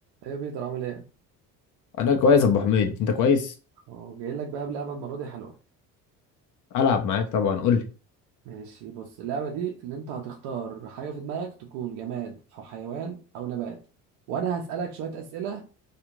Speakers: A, on the right; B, on the left.
A: ايه يا بيتر عامل ايه؟
B: انا كويس يا ابو حميد انت كويس
A: اه جاي لك بقى بلعبه المره دي حلوه
B: العب معاك طبعا قول لي
A: ماشي بص اللعبه دي ان انت هتختار حاجه في دماغك تكون جماد او حيوان او نبات وانا هسالك شويه اسئله